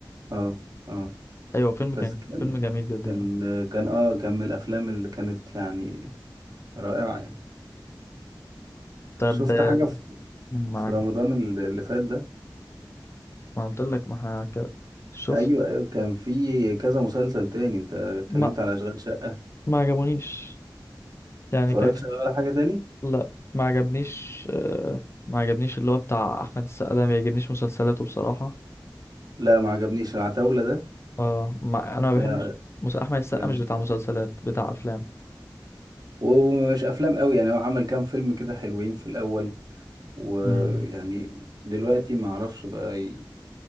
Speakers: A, on the right (about 55°); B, on the left (about 35°).
A: اه اه
B: ايوه فيلم
A: بس
B: كان
A: كان
B: فيلم جميل جدا
A: كان
B: ده
A: كان اه كان من الافلام اللي كانت يعني رائعة يعني
B: طب
A: شفت حاجة في
B: معاك
A: في رمضان
B: معاك
A: اللي اللي فات ده
B: ما قلت لك ما احنا كده شفت
A: ايوه ايوه كان في كذا مسلسل تاني انت اتكلمت
B: ما
A: على اشغال شقة
B: ما عجبونيش يعني
A: اتفرجتش
B: كان
A: على ولا حاجة تاني
B: لا ما عجبنيش آه، ما عجبنيش اللي هو بتاع احمد السقا ده ما بيعجبنيش مسلسلاته بصراحة
A: لا ما عجبنيش العتاولة ده
B: اه ما... انا ما
A: لا
B: بحبش
A: ما
B: مس... احمد السقا
A: كانش
B: مش بتاع مسلسلات بتاع افلام
A: ومش افلام قوي يعني هو عمل كام فيلم كده حلوين في الاول ويعني
B: امم
A: دلوقتي ما اعرفش بقى ي-